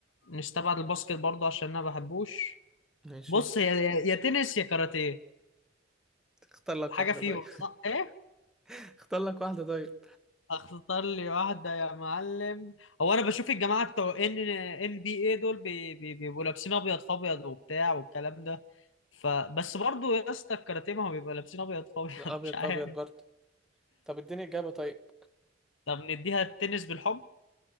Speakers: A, on the left; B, in the centre.
A: نستبعد الباسكت برضه عشان انا ما بحبوش
B: ماشي
A: بص يا يا يا تنس يا كاراتيه
B: اختار لك
A: حاجة
B: واحدة
A: فيهم
B: طيب
A: صح؟ ايه؟
B: <laughs> اختار لك واحدة طيب
A: اختار لي واحدة يا معلم هو انا بشوف الجماعة بتوع ان ان بي اي دول بي- بي- بيبقوا لابسين ابيض في ابيض وبتاع والكلام ده فبس برضو يا اسطى الكاراتيه ما هو بيبقى لابسين ابيض في ابيض
B: أبيض
A: <laughs> مش عارف
B: في أبيض برضه طب اديني إجابة طيب
A: طب نديها التنس بالحب